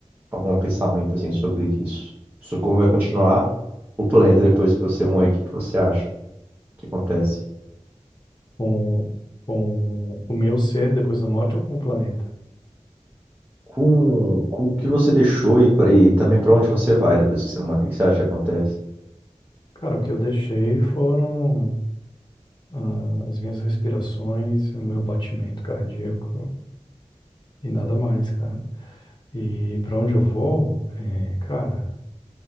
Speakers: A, on the right (about 20°); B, on the left (about 40°).
A: algum pensamento assim sobre isso, sobre como vai continuar o planeta depois que você morrer, o que que você acha que acontece?
B: Com, com o meu ser depois da morte ou com o planeta?
A: Com, com o que você deixou e, pra- e também pra onde você vai depois que você morrer, o que que você acha que acontece?
B: Cara, o que eu deixei foram ah, as minhas respirações, o meu batimento cardíaco e nada mais, cara. E para onde eu vou, é, cara,